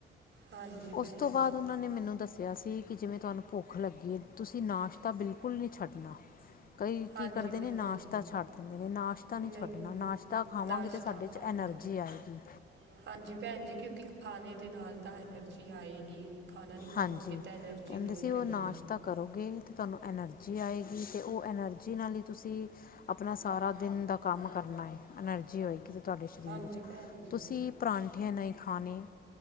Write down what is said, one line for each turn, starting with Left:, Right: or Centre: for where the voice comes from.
Right: ਹਾਂਜੀ ਭੈਣ
Left: ਉਸ ਤੋਂ ਬਾਦ
Right: ਜੀ
Left: ਓਨਾਂ ਨੇ ਮੈਨੂੰ ਦੱਸੇਆ ਕਿਆ ਸੀ ਕੀ ਜਿਵੇਂ ਤੁਆਨੂੰ ਭੁੱਖ ਲੱਗੀ ਐ ਤੁਸੀਂ ਨਾਸ਼ਤਾ ਬਿਲਕੁੱਲ ਨੀ ਛੱਡਨਾ। ਕਈ
Right: ਹਾਂਜੀ
Left: ਕੀ ਕਰਦੇ
Right: ਭੈਣ
Left: ਨੇ ਨਾਸ਼ਤਾ
Right: ਜੀ
Left: ਛੱਡ ਦਿੰਦੇ ਨੇ ਨਾਸ਼ਤਾ
Right: ਨਹੀਂ
Left: ਨੀ ਛੱਡਨਾ ਨਾਸ਼ਤਾ ਖਾਵਾਂਗੇ
Right: ਨਾਸ਼ਤਾ
Left: ਤਾਂ ਸਾਡੇ
Right: ਖਾਇਆ
Left: ਚ ਐਨਰਜੀ
Right: ਕਰੋ
Left: ਆਏਗੀ।
Right: ਹਾਂਜੀ ਭੈਨਜੀ ਕਿਓਂਕਿ ਖਾਨੇ ਦੇ ਨਾਲ ਤਾਂ ਐਨਰਜੀ ਆਏਗੀ। ਖਾਨਾ ਨੀ ਖਾਵਾਂਗੇ
Left: ਹਾਂਜੀ
Right: ਤਾਂ ਐਨਰਜੀ
Left: ਕਹਿੰਦੇ
Right: ਲੋਅ
Left: ਸੀ
Right: ਰਏਗੀ।
Left: ਉਹ ਨਾਸ਼ਤਾ ਕਰੋਗੇ ਤੇ ਤਾਨੂੰ ਐਨਰਜੀ ਆਏਗੀ ਤੇ ਓ ਐਨਰਜੀ ਨਾਲ ਈ ਤੁਸੀਂ ਆਪਨਾ ਸਾਰਾ ਦਿਨ ਦਾ ਕੰਮ ਕਰਨਾ ਐ ਐਨਰਜੀ ਹੋਏਗੀ ਤਾਂ ਤਾਡੇ ਸਰੀਰ
Right: ਹਾਂਜੀ
Left: ਵਿੱਚ,
Right: ਭੈਣ ਜੀ
Left: ਤੁਸੀਂ ਪਰਾਂਠੇ ਐ ਨਈ ਖਾਨੇ,